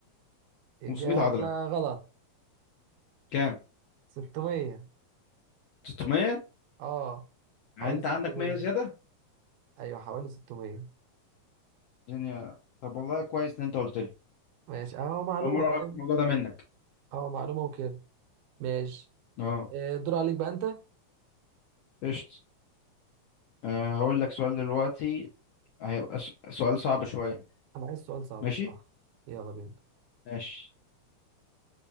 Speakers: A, on the right (about 80°); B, on the left (about 75°).
A: اجابة
B: 500 عضله
A: غلط
B: كام
A: 600
B: 600
A: اه
B: يعني
A: حوالي
B: انت
A: 600
B: عندك 100 زياده
A: ايوه حوالي 600
B: الدنيا طب والله كويس ان انت قلت لي
A: ماشي اهو معلومة
B: اول مره
A: فاهم
B: اعرف الموضوع ده منك
A: اهو معلومة وكده ماشي
B: اه
A: أه دور عليك بقى انت
B: قشط آه، هقول لك سؤال دلوقتي هيبقى س- سؤال صعب شويه
A: انا عايز سؤال صعب
B: ماشي
A: بصراحة يلا بينا
B: ماشي